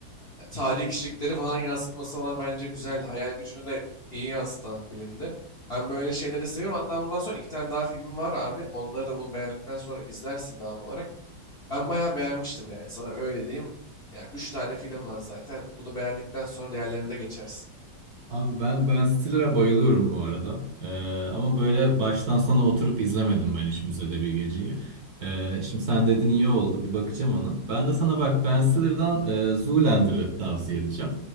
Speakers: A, on the left (about 50°); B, on the right (about 60°).
A: E, Tarihi kişilikleri falan yansıtması falan bence güzeldi. Hayal gücünü de iyi yansıtan filmdi. Ben böyle şeyleri seviyorum. Hatta bundan sonra iki tane daha filmi var abi. Onları da bunu beğendikten sonra izlersin devam olarak. Ben bayağı beğenmiştim yani. Sana öyle diyeyim. Yani üç tane film var zaten. Bunu beğendikten sonra diğerlerine de geçersin.
B: Abi ben Ben Stiller'a bayılıyorum bu arada. Ee, ama böyle baştan sona oturup izlemedim ben hiç Müzede Bir Geceyi. Ee, şimdi sen dedin iyi oldu bir bakacağım ona. Ben de sana bak Ben Stiller'dan e, Zoolander'ı tavsiye edeceğim.